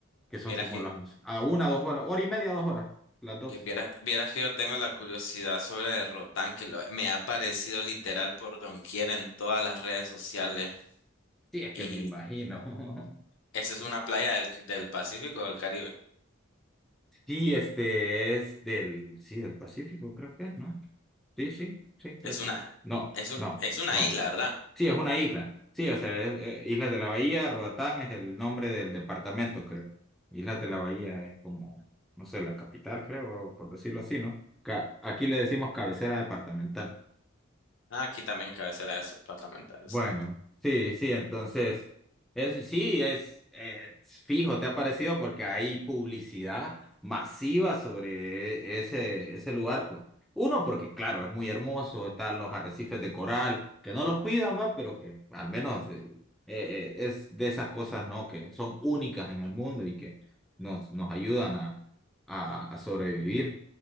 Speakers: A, in the centre; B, on the left.
A: que son
B: Vieras
A: como
B: que,
A: las, a una, dos horas, hora y media, dos horas, las dos.
B: que vieras, vieras que yo tengo la curiosidad sobre Rotán, que lo- me ha aparecido literal por doquier en todas las redes sociales.
A: Sí, es que
B: Y
A: me imagino. <laughs>
B: esa es una playa del, del Pacífico o del Caribe.
A: Sí, este es del, sí, del Pacífico, creo que es, ¿no? Sí, sí, sí, creo
B: Es una,
A: que es. No,
B: es un,
A: no,
B: es una
A: no.
B: isla, ¿verdad?
A: Sí, es una isla. Sí, o sea, es, eh, Islas de la Bahía, Roatán es el nombre del departamento, creo. Islas de la Bahía es como, no sé, la capital, creo, por decirlo así, ¿no? Ca- aquí le decimos cabecera departamental.
B: Ah, Aquí también cabecera departamental.
A: Bueno,
B: o sea,
A: sí, sí, entonces, es, sí, es eh, fijo, te ha parecido porque hay publicidad masiva sobre ese, ese lugar. pues. Uno, porque claro, es muy hermoso, están los arrecifes de coral, que no los cuidan, va, pero que al menos eh, eh, es de esas cosas, ¿no? Que son únicas en el mundo y que nos, nos ayudan a, a, a sobrevivir.